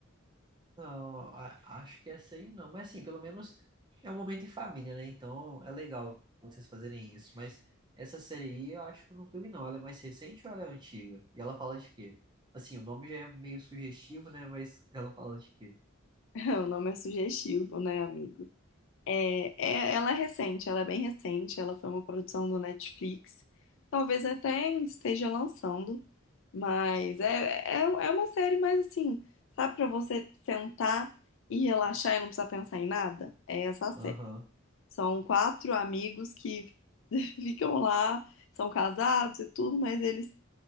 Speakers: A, on the right; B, on the left.
A: Não, a- acho que essa aí não. Mas assim, pelo menos é um momento em família, né? Então é legal vocês fazerem isso. Mas essa série aí eu acho que eu nunca vi, não. Ela é mais recente ou ela é antiga? E ela fala de quê? Assim, o nome já é meio sugestivo, né? Mas ela fala de quê?
B: <laughs> O nome é sugestivo, né, amigo? É, é- ela é recente, ela é bem recente, ela foi uma produção do Netflix. Talvez até esteja lançando, mas é, é, é uma série mais assim, sabe, pra você sentar e relaxar e não precisar pensar em nada? É essa a série.
A: Aham.
B: São quatro amigos que <laughs> ficam lá, são casados e tudo, mas eles